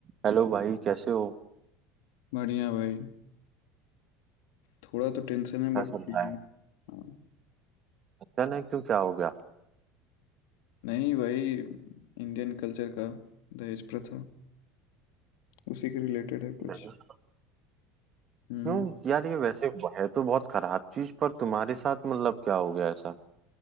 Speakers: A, on the right; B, on the left.
A: Hello भाई कैसे हो
B: बढ़िया भाई थोड़ा तो टेंशन है
A: क्या
B: बट
A: चल रहा
B: ठीक
A: है
B: है हाँ
A: अच्छा ना क्यों क्या हो गया
B: नहीं भाई इंडियन कल्चर का दहेज प्रथा उसी के रिलेटेड है कुछ
A: नहीं
B: हम्म
A: क्यों यार ये वैसे हुआ है तो बहुत खराब चीज पर तुम्हारे साथ मतलब क्या हो गया ऐसा